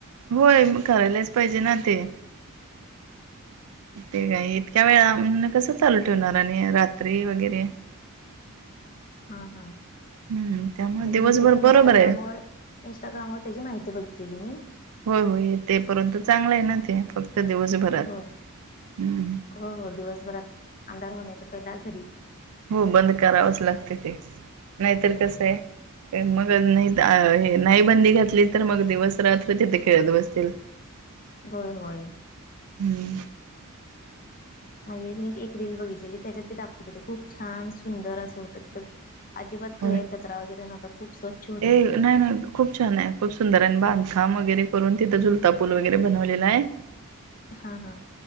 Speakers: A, on the right (about 75°); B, on the left (about 40°).
A: होय करायलाच पाहिजे ना ते ते काय इतक्या वेळा कसं चालू ठेवणार आणि रात्री वगैरे
B: हम हम
A: हम्म त्यामुळे
B: म्हणजे
A: दिवसभर
B: मी त्याच्या
A: बरोबर
B: इंस्टाग्रामवर
A: आहे.
B: इंस्टाग्रामवर त्याची माहिती बघितलेली मी
A: होय होय ते परंतु चांगलं आहे ना ते फक्त दिवसभरात
B: हो
A: ह्
B: हो हो दिवसभरात अंधार होण्याच्या पहिला घरी
A: हो बंद करावंच लागत ते नाहीतर
B: हम्म
A: कसं आहे मग नाही हे नाही बंदी घातली तर मग दिवस रात्र तिथे खेळत बसतील
B: होय होय
A: हम्म
B: म्हणजे मी एक रील बघितलेली त्याच्यात ते दाखवत हो ते खूप छान सुंद असं होतं तिथं अजिबात कैर
A: होय.
B: कचरा वगैरेव्हता खूप स्वच्छतं
A: ए
B: तिथं त
A: नाही नाही खूप छान आहे खूप सुंदर आणि बांधकाम वगैरे करून तिथं झुलता पूल वगैरे बनवलेला आहे
B: हा हा